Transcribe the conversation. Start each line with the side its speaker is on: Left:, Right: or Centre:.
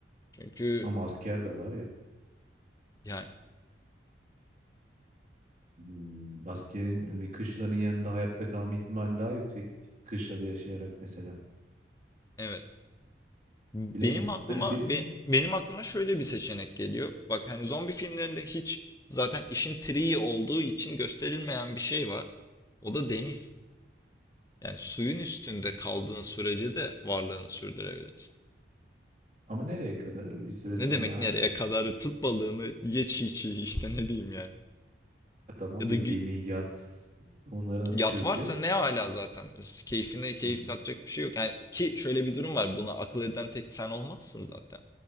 Left: Çünkü
Right: Ama asker de var ya.
Left: yani
Right: Hmm, askerin hani bir kışlanın yanında hayatta kalma ihtimali daha yüksek kışlada yaşayarak mesela.
Left: evet benim
Right: Bilemedim.
Left: aklıma
Right: Hani benim
Left: be- benim aklıma şöyle bir seçenek geliyor. Bak hani zombi filmlerinde hiç zaten işin triği olduğu için gösterilmeyen bir şey var. O da deniz. Yani suyun üstünde kaldığın sürece de varlığını sürdürebilirsin.
Right: ama nereye kadar? Bir süre
Left: Ne
Right: sonra
Left: demek nereye
Right: e,
Left: kadar? Tut balığını ye çiğ çiğ işte ne diyeyim yani.
Right: ha tamam
Left: Ya da
Right: da
Left: gü-
Right: gemi, yat onları nasıl
Left: yat
Right: çözeceğiz?
Left: varsa ne hala zaten. Keyfine keyif
Right: Hmm,
Left: katacak bir şey yok. Yani ki şöyle bir durum var. Buna akıl eden tek sen olmazsın zaten.